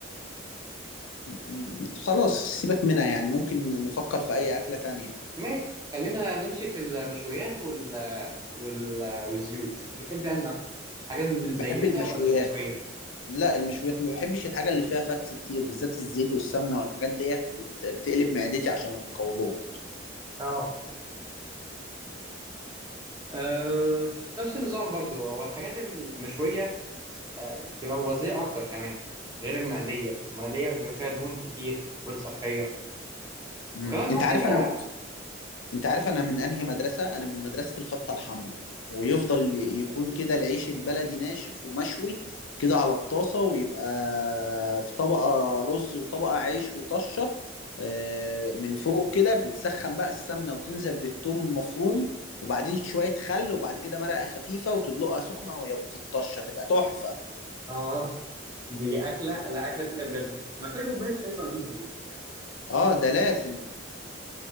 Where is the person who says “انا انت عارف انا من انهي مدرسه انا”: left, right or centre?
Left